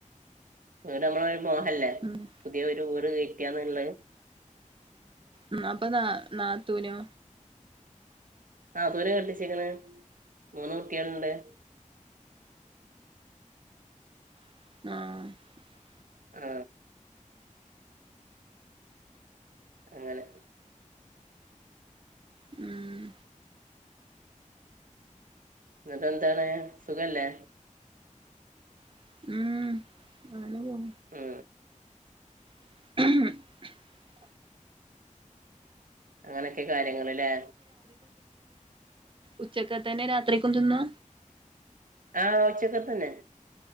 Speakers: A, on the right; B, on the right.
A: ആ നമ്മൾ അല്ലെ
B: ഉം
A: പുതിയ ഒരു വീട് വെയ്ക്കാനുള്ളത്
B: ഉ അപ്പൊ നാ നാത്തൂവിനോ
A: ആ ദൂരേ കെട്ടിച്ചേക്കണേ മൂന്ന് കുട്ടികളുണ്ട് <inaudible>
B: <inaudible>
A: ആ അങ്ങനെ
B: ഉം
A: എന്നിട്ട് എന്താണ് സുഖമല്ലേ
B: <inaudible>
A: ആ
B: <inaudible>
A: അങ്ങനെയൊക്കെ കാര്യങ്ങളല്ലേ
B: ഉച്ചയ്ക്കതന്നേ രാത്രിയ്ക്കാ എന്തുന്നാ
A: ആ ഉച്ചയ്ക്ക തന്നെ